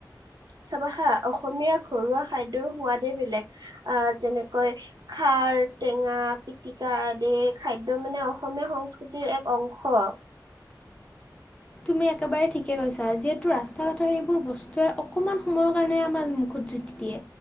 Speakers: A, on the right; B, on the left.
A: চাবা হা অসমীয়া ঘৰুৱা খাদ্যৰ সোৱাদে বেলেগ আহ যেনে কয় খাৰ, টেঙা, পিটিকা আদি খাদ্য মানে অসমীয়া সংস্কৃতিৰ এক অংশ
B: তুমি একেবাৰে ঠিকে কৈছা যিহেতু ৰাস্তা ঘাটৰ সেইবোৰ বস্তুৱে অকমান সময়ৰ কাৰণে আমাৰ মুখত দিয়ে